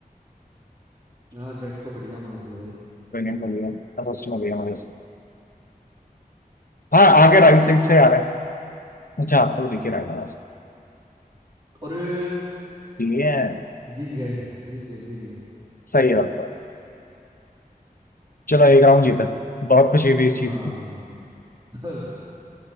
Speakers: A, on the right; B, on the left.
A: हाँ जेट तो बढ़िया मार रही है भाई
B: कोई नहीं मिल गया असिस्ट मिल गया मुझे हाँ आगे राइट साइड से आ रहा है अच्छा आप तो दिखे रहा है मेरा।
A: अरे
B: ठीक है
A: जीत गए जीत गए जीत गए
B: सही है तब तो चलो एक राउंड जीता है। बहुत खुशी हुई इस
A: हाँ
B: चीज की
A: <laughs>